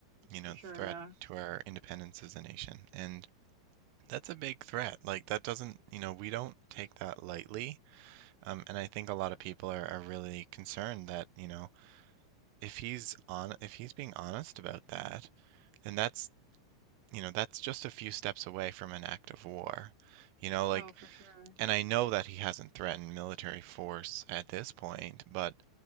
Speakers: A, on the right; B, on the right.
A: you know,
B: For sure,
A: the threat
B: yeah.
A: to our independence as a nation. And that's a big threat. Like, that doesn't, you know, we don't take that lightly. Um, and I think a lot of people are, are really concerned that, you know, if he's on, if he's being honest about that, then that's, you know, that's just a few steps away from an act of war. You know, like,
B: Oh, for sure.
A: and I know that he hasn't threatened military force at this point, but